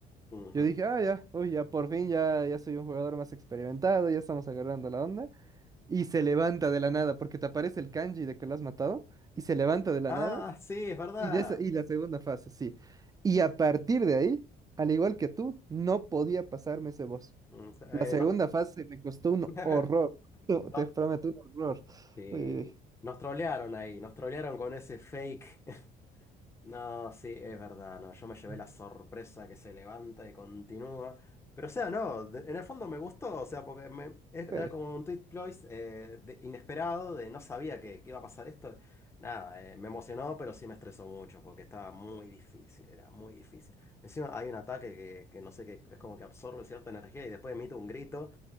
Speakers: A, on the left; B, on the right.
A: Ujú.
B: Yo dije, ah, ya, uy, ya por fin, ya, ya soy un jugador más experimentado, ya estamos agarrando la onda. Y se levanta de la nada, porque te aparece el kanji de que lo has matado, y se levanta de la
A: Ah,
B: nada,
A: sí, es verdad.
B: y, de esa- y la segunda fase, sí. Y a partir de ahí, al igual que tú, no podía pasarme ese boss.
A: Mm, eh,
B: La segunda
A: no,
B: fase me costó un
A: <laughs>
B: horror, <laughs>
A: no.
B: te prometo, un horror.
A: Sí.
B: Uy, uy,
A: Nos trolearon ahí, nos trolearon con ese fake. No, sí, es verdad, no, yo me llevé
B: uy.
A: la sorpresa que se levanta y continúa. Pero o sea, no, de- en el fondo me gustó, o sea, porque me, es- era
B: Sí.
A: como un twist close eh, de- inesperado, de no sabía que, que iba a pasar esto. Nada, eh, me emocionó, pero sí me estresó mucho, porque estaba muy difícil, era muy difícil. Encima hay un ataque que, que no sé, que es como que absorbe cierta energía y después emite un grito